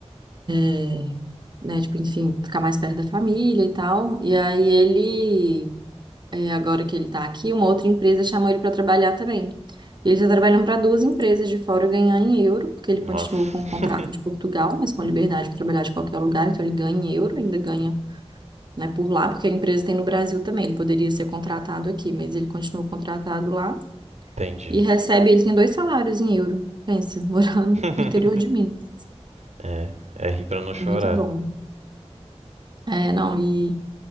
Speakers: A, on the right; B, on the right.
A: É, né? Tipo, enfim, ficar mais perto da família e tal. E aí ele, é, agora que ele tá aqui, uma outra empresa chamou ele para trabalhar também. E ele tá trabalhando para duas empresas de fora ganhar em euro, porque ele
B: Nossa.
A: continuou com o contrato
B: <laughs>
A: de Portugal, mas com a liberdade de trabalhar de qualquer lugar, então ele ganha em euro, ainda ganha né, por lá, porque a empresa tem no Brasil também. Ele poderia ser contratado aqui, mas ele continua contratado lá
B: Entendi.
A: e recebe, ele tem dois salários em euro. Pensa, <laughs> morando
B: <laughs>
A: no interior de Minas.
B: É, é rir pra não chorar.
A: Muito bom. É, não, e,